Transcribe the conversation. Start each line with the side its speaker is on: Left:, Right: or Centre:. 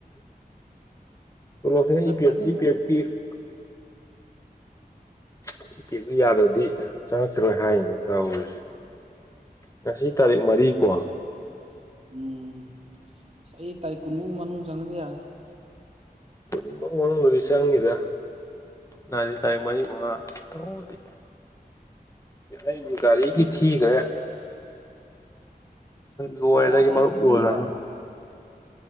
Left: ꯇꯣꯂꯣꯞ ꯇꯥꯒ ꯏ
Right: ꯆꯠꯇ꯭ꯔꯗꯤ ꯑꯃꯨꯛ
Left: <unintelligible> <unintelligible> ꯌꯥꯗ꯭ꯔꯗꯤ ꯆꯪꯉꯛꯈꯤꯔꯣꯏ ꯍꯥꯏꯅꯦ ꯇꯧꯔꯤꯁꯦ ꯉꯁꯤ ꯇꯥꯔꯤꯛ ꯃꯔꯤ ꯀꯣ
Right: ꯎꯝ ꯑꯁ ꯑꯩ ꯇꯥꯔꯤꯛ ꯀꯨꯟꯃꯨꯛ ꯃꯅꯨꯡ ꯆꯪꯉꯗꯤ ꯌꯥꯔꯦ
Left: ꯀꯨꯕꯧ ꯃꯅꯨꯡꯗꯗꯤ ꯆꯪꯅꯤꯗ ꯅꯍꯥꯟꯗꯤ ꯇꯥꯔꯤꯛ ꯃꯔꯤ ꯃꯉꯥ ꯇꯧꯂꯩ ꯑꯩꯒꯤ ꯒꯥꯔꯤꯒꯤ ꯊꯤꯒꯔꯦ ꯂꯣꯏꯔꯦꯗ
Right: ꯄꯩꯁꯥ
Left: ꯑꯩꯒꯤ
Right: ꯂꯩꯇ꯭ꯔꯤꯉꯩꯗ
Left: ꯃꯔꯨꯞ ꯂꯣꯏꯔꯝꯅꯤꯅ